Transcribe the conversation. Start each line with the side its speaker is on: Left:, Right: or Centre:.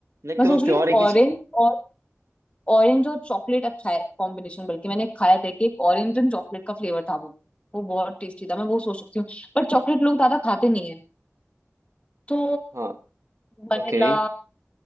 Right: नहीं
Left: मैं
Right: तुम्हें
Left: सोच रही
Right: प्योर
Left: हूँ
Right: एक
Left: ऑरेंज
Right: ही चाहिए
Left: और ऑरेंज और चॉकलेट अच्छा है कॉम्बिनेशन बल्कि मैंने खाया था कि एक ऑरेंज एंड चॉकलेट का फ्लेवर था वो वो बहुत टेस्टी था मैं वो सोच सकती हूँ पर चॉकलेट लोग ज्यादा खाते नहीं है तो
Right: हाँ
Left: वनीला
Right: ओके